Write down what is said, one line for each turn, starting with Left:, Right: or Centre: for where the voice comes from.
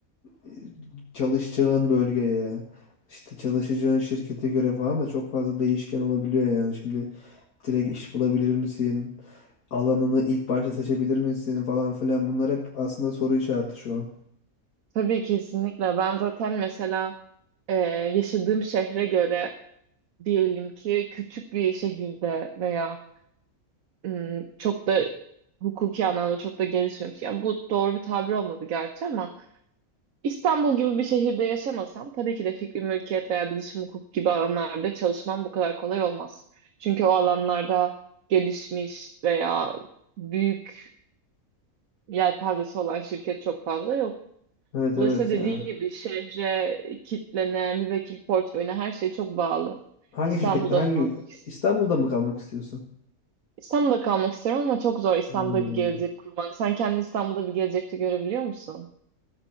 Left: e, çalışacağın bölgeye işte çalışacağın şirkete göre falan da çok fazla değişken olabiliyor yani. Şimdi direkt iş bulabilir misin? Alanını ilk başta seçebilir misin falan filan bunlar hep aslında soru işareti şu an.
Right: tabii kesinlikle. Ben zaten mesela e, yaşadığım şehre göre diyelim ki küçük bir şehirde veya ım, çok da hukuki anlamda çok da gelişmemiş. Yani bu doğru bir tabir olmadı gerçi ama İstanbul gibi bir şehirde yaşamasam tabii ki de fikri mülkiyet veya bilişim hukuk gibi alanlarda çalışmam bu kadar kolay olmaz. Çünkü o alanlarda gelişmiş veya büyük yelpazesi olan şirket çok fazla yok.
Left: Evet
Right: Dolayısıyla
Left: evet yani.
Right: dediğin gibi şehre, kitlene, müvekkil portföyüne her şey çok bağlı.
Left: Hangi
Right: İstanbul'da
Left: şirkette hangi
Right: kalmak istiyorum.
Left: İstanbul'da mı kalmak istiyorsun?
Right: İstanbul'da kalmak isterim ama çok zor İstanbul'da
Left: Hmm.
Right: bir gelecek kurmak. Sen kendini İstanbul'da bir gelecekte görebiliyor musun?